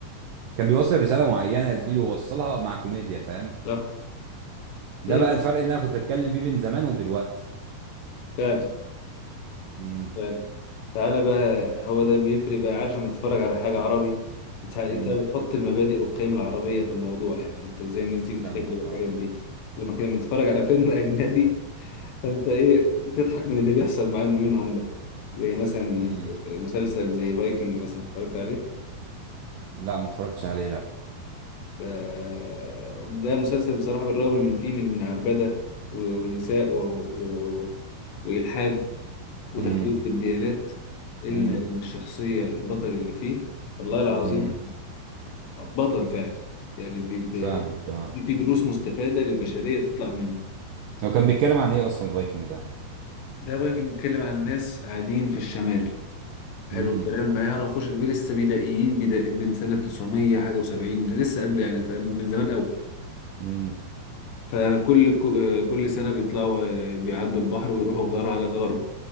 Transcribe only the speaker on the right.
كان بيوصل رساله معينه يا زميلي ووصلها مع كوميديا فاهم
ده
بقى
الفرق اللي انا كنت اتكلم بيه بين زمان ودلوقتي
امم
امم
فاهمك
اه
امم
لا ما اتفرجتش عليه لا
امم
امم
امم
فاهمك اه
هو كان بيتكلم عن ايه اصلا فايكنج ده
امم
امم